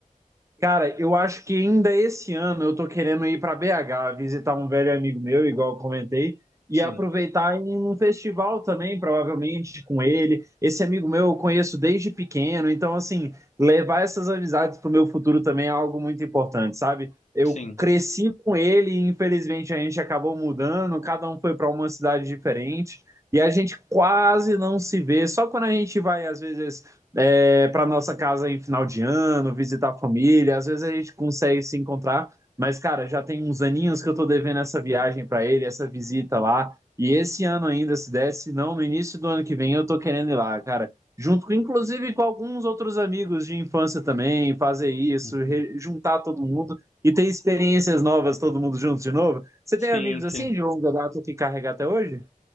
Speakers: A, on the right; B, on the left.
A: Cara, eu acho que ainda esse ano eu tô querendo ir para BH, visitar um velho amigo meu, igual eu comentei, e
B: Sim,
A: aproveitar em um festival também, provavelmente com ele. Esse amigo meu eu conheço desde pequeno, então assim, levar essas amizades pro meu futuro também é algo muito importante, sabe? Eu
B: sim.
A: cresci com ele e infelizmente a gente acabou mudando, cada um foi para uma cidade diferente, e a gente quase não se vê, só quando a gente vai às vezes é, para nossa casa em final de ano, visitar a família. Às vezes a gente consegue se encontrar, mas, cara, já tem uns aninhos que eu tô devendo essa viagem para ele, essa visita lá. E esse ano ainda, se desse, não, no início do ano que vem eu tô querendo ir lá, cara. Junto, com- inclusive, com alguns outros amigos de infância também, fazer isso,
B: Uhum.
A: re- juntar todo mundo e ter experiências novas, todo mundo junto de novo. Você
B: Sim,
A: tem amigos assim
B: sim.
A: de longa data que carrega até hoje?